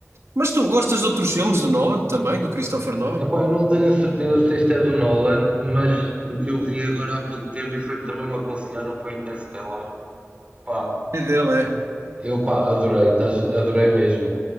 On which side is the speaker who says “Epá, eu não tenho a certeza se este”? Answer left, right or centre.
Right